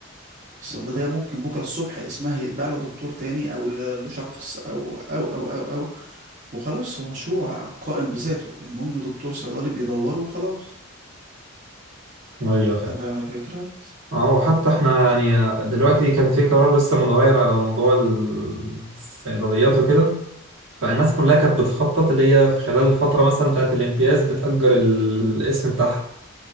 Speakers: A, on the right; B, on the right.
A: الصيدلية ممكن بكرة الصبح اسمها يتباع لدكتور تاني أو ل- لشخص أو أو أو أو أو وخلاص هو مشروع قائم بذاته المهم دكتور صيدلي بيدوره وخلاص
B: أيوة فعلا
A: انت فاهم الفكرة
B: اه وحتى احنا يعني دلوقتي كان في قرار لسه متغير على موضوع الصيدليات وكده فالناس كلها كانت بتخطط اللي هي في خلال الفترة مثلا بتاعت الامتياز بتأجر الاسم بتاعها